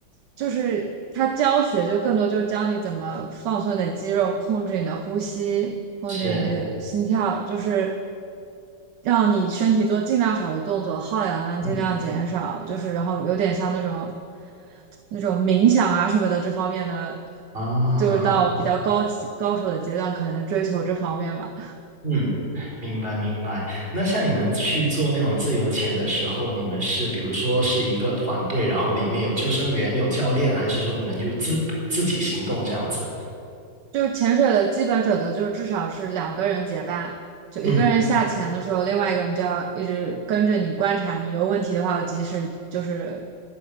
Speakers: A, on the right; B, on the right.
A: 就是他教学就更多就是教你怎么放松你的肌肉，控制你的呼吸，控制你的心跳，
B: 是，
A: 就是让你身体做尽量少的动作，耗氧量尽量减少，
B: 嗯
A: 就是然后有点像那种那种冥想啊什么的这方面的，
B: 啊，
A: 就是到比较高级高手的阶段，可能追求这方面吧。
B: 嗯，明白明白。那像你们去做那种自由潜的时候，你们是比如说是一个团队，然后里面有救生员、有教练，还是说你们就自自己行动这样子？
A: 就是潜水的基本准则就是至少是两个人结伴，就一个人下潜的时候，
B: 嗯
A: 另外一个人就要一直跟着你观察你，有问题的话及时就是